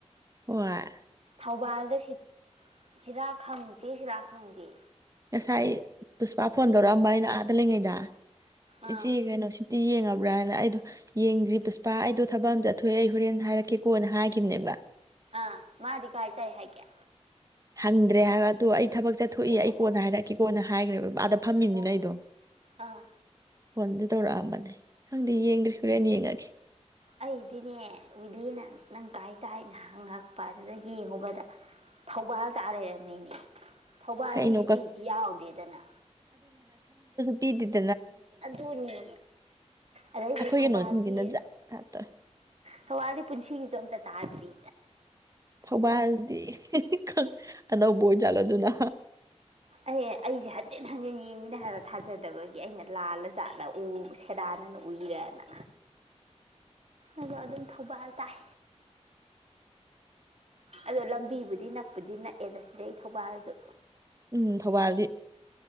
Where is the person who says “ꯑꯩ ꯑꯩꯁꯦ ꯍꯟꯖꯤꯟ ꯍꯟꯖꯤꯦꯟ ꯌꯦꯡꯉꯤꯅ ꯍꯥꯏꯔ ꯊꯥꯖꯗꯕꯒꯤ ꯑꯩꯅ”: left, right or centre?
Right